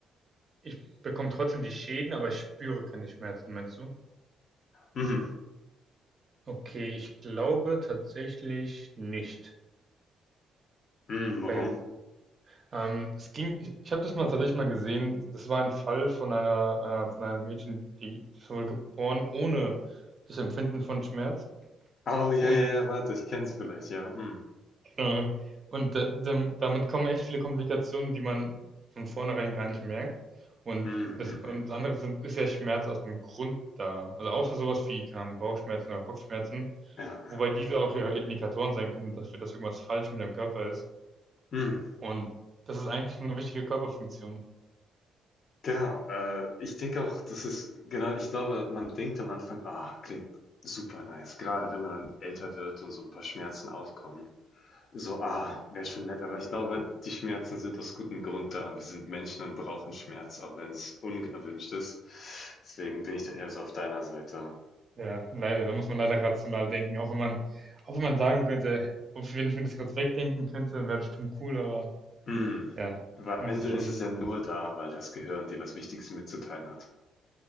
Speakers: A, on the right; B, on the left.
A: ich bekomme trotzdem die Schäden, aber ich spüre keine Schmerzen, meinst du?
B: Mhm.
A: Okay, ich glaube tatsächlich nicht.
B: Mhm, warum?
A: Weil ähm, es ging, ich, ich habe das mal tatsächlich mal gesehen, das war ein Fall von einer, äh, von einem Mädchen, die wurde geboren ohne das Empfinden von Schmerz.
B: Oh, ja,
A: Und
B: ja, ja, warte, ich kenn's vielleicht, ja. Mhm.
A: Äh, Und da- dam- damit kommen echt viele Komplikationen, die man von vornherein gar nicht merkt. Und
B: Mhm, mhm,
A: das,
B: mhm.
A: und das andere sind, ist ja Schmerz aus dem Grund da. Also außer sowas wie keine Bauchschmerzen oder Kopfschmerzen,
B: Ja.
A: wobei diese auch ja Indikatoren sein können dafür, dass irgendwas falsch mit dem Körper ist.
B: Mhm.
A: Und das ist eigentlich eine wichtige Körperfunktion.
B: Genau, äh, ich denke auch, das ist, genau, ich glaube, man denkt am Anfang, ah, klingt super nice, gerade wenn man dann älter wird und so ein paar Schmerzen aufkommen. So, ah, wäre schon nett, aber ich glaube, die Schmerzen sind aus gutem Grund da und wir sind Menschen und brauchen Schmerz, auch wenn es unerwünscht ist. Deswegen bin ich da eher so auf deiner Seite.
A: Ja, leider, da muss man leider rational denken. Auch wenn man, auch wenn man sagen könnte, ob, wenn ich mir das kurz wegdenken könnte, wäre das schon cool, aber
B: Hm,
A: ja,
B: weil am
A: musst
B: Ende
A: du schon.
B: ist es ja nur da, weil das Gehirn dir was Wichtiges mitzuteilen hat.